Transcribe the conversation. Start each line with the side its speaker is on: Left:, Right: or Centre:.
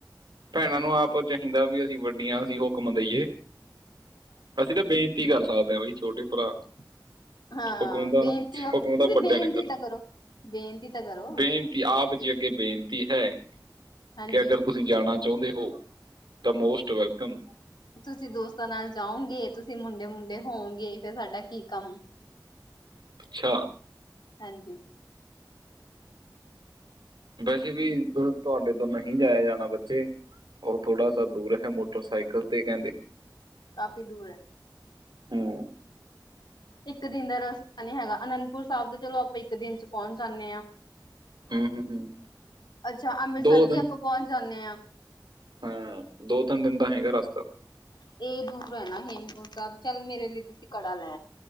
Right: ਭੈਣਾਂ ਨੂੰ ਆਪ ਚਾਹੀਦਾ ਵੀ ਅਸੀਂ ਵੱਡੀਆਂ, ਅਸੀਂ ਹੁਕਮ ਦੇਈਏ, ਅਸੀਂ ਤਾਂ ਬੇ ਕਰ ਸਕਦੇ ਹ ਬਈ, ਛੋਟੇ ਭਰਾ
Left: ਹਾਂ। ਹਾਂ
Right: ਹੁਕਮ ਦਾ
Left: ਬੇਨਤੀ ਹੋ, ਤੁਸੀਂ
Right: ਹੁਕਮ ਦਾ ਵੱਡਿਆਂ
Left: ਬੇਨਤੀ
Right: ਨੇ ਕਰਨਾ
Left: ਤਾਂ ਕਰੋ, ਬੇਨਤੀ ਤਾਂ ਕਰੋ।
Right: ਬੇਨਤੀ ਆਪ ਜੀ ਅੱਗੇ ਬੇਨਤੀ ਹੈ,
Left: ਹਾਂਜੀ
Right: ਕਿ ਅਗਰ ਤੁਸੀਂ ਜਾਣਾ ਚਾਹੁੰਦੇ ਹੋ, ਤਾਂ ਮੋਸਟ ਵੈਲਕਮ।
Left: ਤੁਸੀਂ ਦੋਸਤਾਂ ਨਾਲ ਜਾਓਗੇ, ਤੁਸੀਂ ਮੁੰਡੇ ਮੁੰਡੇ ਹੋਓਗੇ, ਫੇਿਰ ਸਾਡਾ ਕੀ ਕੰਮ?
Right: ਅੱਛਾ!
Left: ਹਾਂਜੀ।
Right: ਵੈਸੇ ਵੀ, ਤੁਹਾਡੇ ਤੋਂ ਨਹੀਂ ਜਾਇਆ ਜਾਣਾ ਬੱਚੇ। ਉਹ ਥੋੜਾ ਸ ਦੂਰ ਹੈ, ਮੋਟਰਸਾਈਕਲ ਤੇ ਕਹਿੰਦੇ
Left: ਕਾਫ਼ੀ ਦੂਰ ਹੈ।
Right: ਹੂੰ
Left: ਇੱਕ ਦਿਨ ਦਾ ਰਸਤਾ ਨੀ ਹੈਗਾ, ਅਨੰਦਪੁਰ ਸਾਹਿਬ ਦਾ ਚਲੋ ਆਪਾਂ ਇੱਕ ਦਿਨ 'ਚ ਪਹੁੰਚ ਜਾਂਦੇ ਹਾਂ।
Right: ਹੂੰ ਹੂੰ ਹੂੰ
Left: ਅੱਛਾ, ਅੰਮ੍ਰਿਤਸਰ
Right: ਦੋ
Left: ਵੀ
Right: ਦਿਨ
Left: ਆਪਾਂ ਪਹੁੰਚ ਜਾਂਦੇ ਹਾਂ।
Right: ਹਾਂ, ਦੋ- ਤਿੰਨ ਦਿਨ ਦਾ ਹੈਗਾ ਰਸਤਾ।
Left: ਇਹ ਦੂਰ ਹੈ ਨਾ ਹੇਮਕੁੰਟ ਸਾਹਿਬ, ਚੱਲ ਮੇਰੇ ਲਈ ਤੁਸੀਂ ਕੜਾ ਲੈ